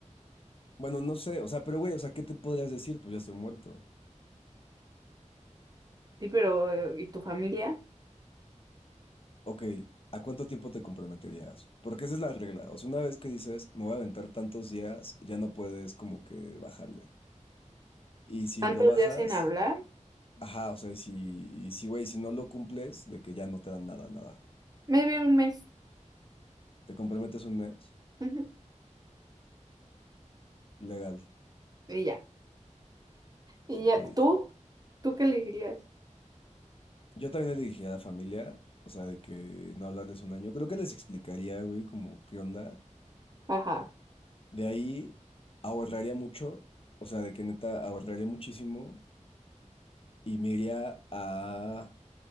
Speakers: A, on the left; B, on the right.
A: bueno, no sé, o sea, pero güey, o sea, ¿qué te podrías decir? Pues ya estoy muerto.
B: Sí, pero eh, ¿y tu familia?
A: Ok, ¿a cuánto tiempo te comprometerías? Porque esa es la regla. O sea, una vez que dices, me voy a aventar tantos días, ya no puedes como que bajarle. Y si
B: ¿Tantos
A: lo bajas,
B: días sin hablar?
A: ajá, o sea, y si, y si, güey, si no lo cumples, de que ya no te dan nada, nada.
B: Maybe un mes.
A: ¿Te comprometes un mes?
B: Ujú.
A: Legal,
B: Y ya. Y
A: ok.
B: ya, ¿tú? ¿Tú qué elegirías?
A: Yo también le dije a la familia, o sea, de que no hablarles un año. Creo que les explicaría, güey, como qué onda.
B: Ajá,
A: De ahí ahorraría mucho, o sea, de que neta ahorraría muchísimo y me iría a...